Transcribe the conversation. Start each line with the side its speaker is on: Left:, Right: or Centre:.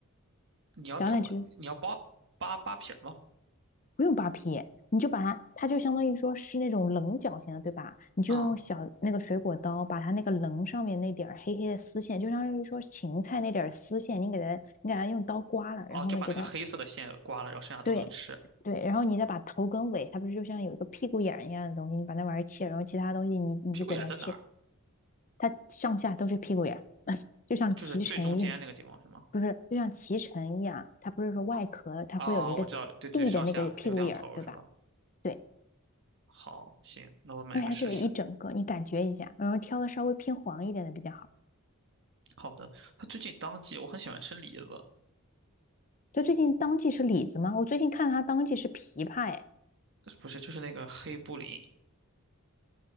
Right: 你要怎么？
Left: 两点九
Right: 你要扒扒扒皮儿吗？
Left: 不用扒皮，你就把它，它就相当于说是那种棱角形的，对吧？你就用小那个水果刀把它那个棱上面那点儿黑黑的丝线，
Right: 啊、
Left: 就相当于说芹菜那点儿丝线，你给它，你给它用刀刮了，
Right: 哦，
Left: 然后呢，
Right: 就把那个黑色的线刮了，
Left: 给它
Right: 然后剩下都能吃。
Left: 对对，然后你再把头跟尾，它不是就像有一个屁股眼儿一样的东西，你把那玩意儿切，然后其他东西你你就给它切，
Right: 屁股眼在哪儿？
Left: 它上下都是屁股眼儿，<laughs> 就像脐橙一样，
Right: 就是最中间那个地方是吗？
Left: 不是，就像脐橙一样，它不是说外壳它会有一个地的那个屁股眼儿，
Right: 啊、我知道，对对，上下留两头儿是吧？
Left: 对吧？对，
Right: 好，行，那我买个试试。
Left: 而且它这个一整个你感觉一下，然后挑的稍微偏黄一点的比较好。
Right: 好的，它最近当季，我很喜欢吃李子，
Left: 就最近当季是李子吗？我最近看它当季是枇杷哎。
Right: 不是，就是那个黑布林。